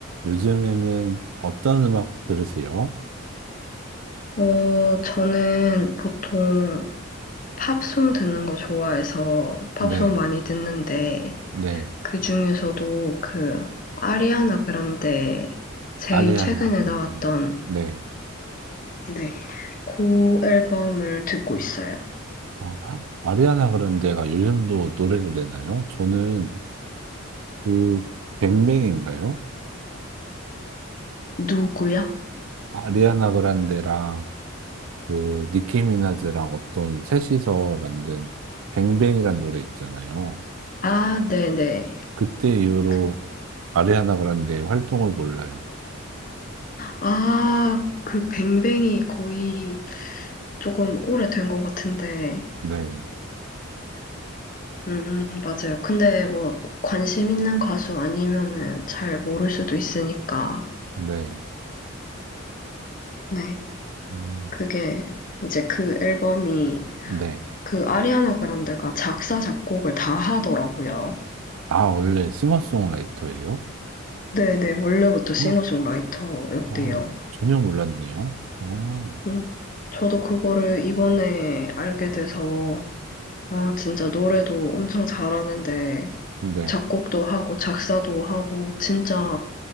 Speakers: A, on the right; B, on the left.
A: 요즘에는 어떤 음악 들으세요?
B: 어, 저는 보통 팝송 듣는 거 좋아해서 팝송
A: 네,
B: 많이 듣는데,
A: 네.
B: 그 중에서도 그, 아리아나 그란데 제일
A: 아리아나
B: 최근에
A: 그랜데.
B: 나왔던,
A: 네.
B: 네, 그 앨범을 듣고 있어요.
A: 어, 아리아나 그란데가 요즘도 노래를 내나요? 저는 그 뱅뱅인가요?
B: 누구야?
A: 아리아나 그란데랑 그 니키 미나즈랑 어떤 셋이서 만든 뱅뱅이란 노래 있잖아요.
B: 아, 네네.
A: 그때 이후로
B: 그-
A: 아리아나 그란데의 활동을 몰라요.
B: 아, 그 뱅뱅이 거의 조금 오래된 것 같은데,
A: 네,
B: 음, 맞아요. 근데 뭐, 관심 있는 가수 아니면은 잘 모를 수도 있으니까,
A: 네,
B: 네.
A: 음,
B: 그게 이제 그 앨범이
A: 네.
B: 그 아리아나 그란데가 작사, 작곡을 다 하더라고요.
A: 아, 원래 싱어송라이터예요?
B: 네네. 원래부터 싱어송라이터였대요.
A: 헉, 어, 전혀 몰랐네요. 어,
B: 음, 저도 그거를 이번에 알게 돼서, 아, 진짜 노래도 엄청 잘하는데,
A: 네,
B: 작곡도 하고, 작사도 하고, 진짜